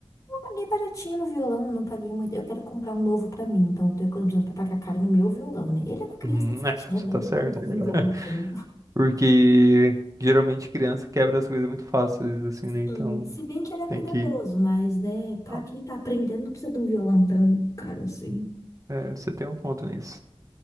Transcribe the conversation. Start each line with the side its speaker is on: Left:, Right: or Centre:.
Left: paguei baratinho no violão, não paguei muito. Eu quero comprar um novo pra mim, então eu tô economizando pra pagar caro no meu violão, né? Ele é uma criança
Right: Hum,
Left: de 7
Right: é, você
Left: anos,
Right: tá
Left: ele
Right: certo.
Left: não precisa
Right: <laughs>
Left: de um violão caro.
Right: Porque geralmente criança quebra as coisas muito fáceis, assim, né?
Left: Sim,
Right: Então
Left: se bem que ele é cuidadoso,
Right: tem que.
Left: mas, né, pra
Right: ó,
Left: quem tá aprendendo, não precisa de um violão tão caro assim.
Right: é, você tem um ponto nisso.